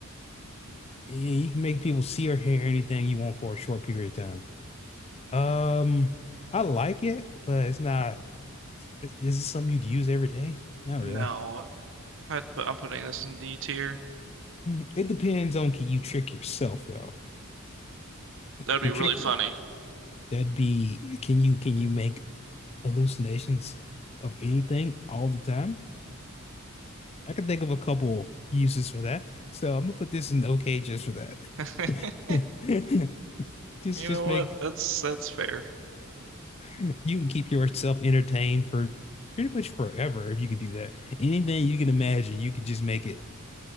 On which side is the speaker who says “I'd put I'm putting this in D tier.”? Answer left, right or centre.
Right